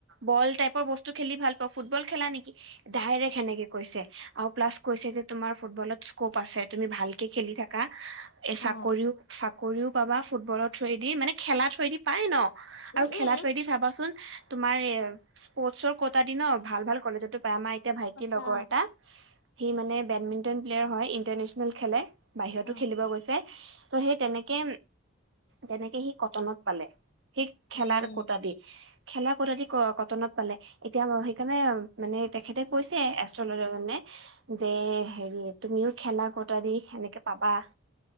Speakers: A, on the right; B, on the left.
A: বল টাইপৰ বস্তু খেলি ভাল ফুটবল খেলা নেকি? ডাইৰেক সেনেকে কৈছে আৰু প্লাছ কৈছে যে তোমাৰ ফুটবলত স্কপ আছে। তুমি ভালকে খেলি থাকা। এ চাকৰিও
B: অ
A: চাকৰিও পাবা ফুটবলৰ থুৰেদি মানে খেলা থুৰেদি পায় ন।
B: উম
A: আৰু খেলাৰ
B: উম
A: থুৰেদি চাবাচোন তোমাৰ এ স্পৰ্টচৰ কটা দি ন ভাল ভাল কলেজতো পায়। আমাৰ এতিয়া ভাইটিৰ
B: সঁচা
A: লগৰ এটা, সি মানে বেডমিন্টন প্লেয়াৰ হয়, ইন্টাৰনেচনেল খেলে। বাহিৰতো
B: অ
A: খেলিব গৈছে। ত' সেই তেনেকে তেনেকে সি কটনত পালে। সেই খেলাৰ
B: উম
A: কটা দি। খেলা কটাদি ক কটনত পালে। এতিয়া সেইকাৰণে মানে তেখেতে কৈছে এষ্ট্ৰলজাৰজনে। যে হেৰি তুমিও খেলা কটা দি সেনেকে পাবা।